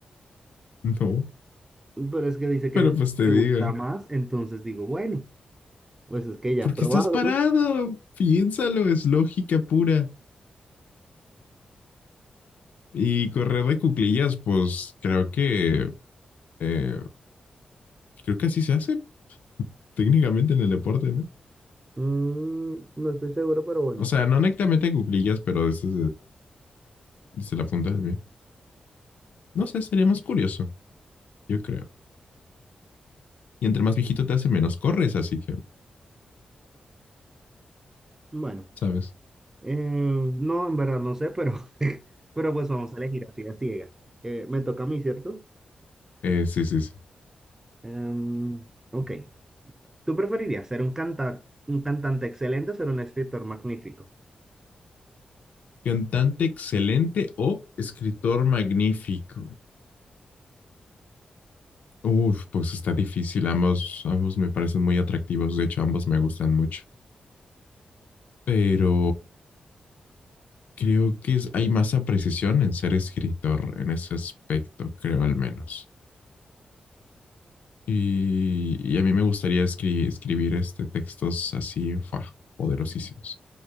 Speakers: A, on the left; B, on the right.
A: No,
B: pero es que dice que
A: pero pues te
B: te
A: diga.
B: gusta más, entonces digo, bueno, pues es que ya
A: ¿Por
B: he probado,
A: qué estás parado?
B: ¿no?
A: Piénsalo, es lógica pura. Y correr de cuclillas, pues creo que... eh, creo que así se hace. técnicamente en el deporte, ¿no?
B: Mm, no estoy seguro, pero bueno.
A: O sea, no netamente cuclillas, pero desde, desde la punta del pie. No sé, sería más curioso, yo creo. Y entre más viejito te hace, menos corres, así que,
B: Bueno,
A: ¿sabes?
B: eh, no, en verdad no sé, pero, <laughs> pero pues vamos a elegir así a ciegas. Eh, me toca a mí, ¿cierto?
A: Eh, sí, sí, sí.
B: Em, ok. ¿Tú preferirías ser un canta- un cantante excelente o ser un escritor magnífico?
A: Cantante excelente o escritor magnífico. Uf, pues está difícil. Ambos, ambos me parecen muy atractivos. De hecho, ambos me gustan mucho. Pero creo que es- hay más apreciación en ser escritor en ese aspecto, creo al menos. Y, y a mí me gustaría escri- escribir este, textos así, fa, poderosísimos.